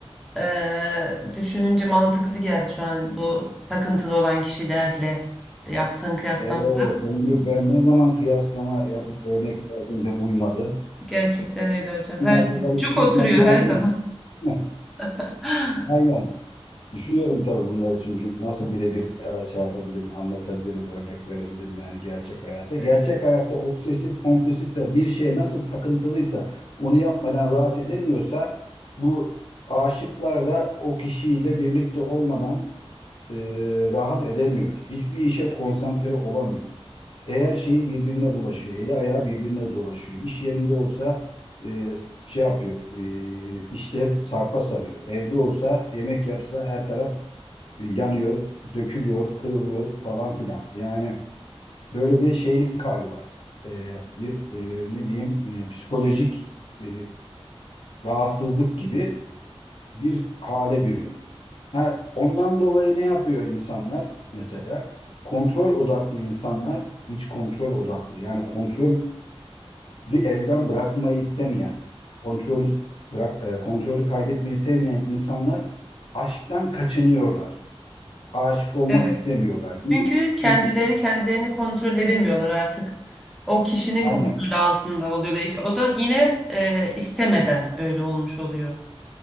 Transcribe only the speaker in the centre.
eee, düşününce mantıklı geldi şu an bu takıntılı olan kişilerle yaptığın kıyaslamada.
Gerçekten öyle hocam. Her
zaman
cuk
oturuyor her
zaman.
<laughs>
Evet.
Evet.
Çünkü kendileri
kendilerini kontrol edemiyorlar artık. O kişinin
kontrolü altında oluyorlar. İşte o da yine eee, istemeden öyle olmuş oluyor.